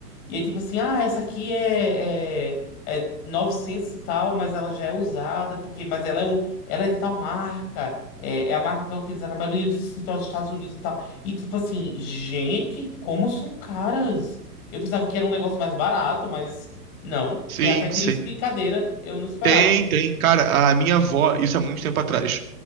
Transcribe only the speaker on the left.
E aí, tipo assim, ah, essa aqui é, é, é 900 e tal, mas ela já é usada, porque, mas ela é, um, ela é de tal marca, é, é a marca que é utilizada na maioria dos escritórios dos Estados Unidos e tal. E tipo assim, gente, como são caras? Eu pensava que era um negócio mais barato, mas não.
Tem até grife
de cadeira, eu não esperava.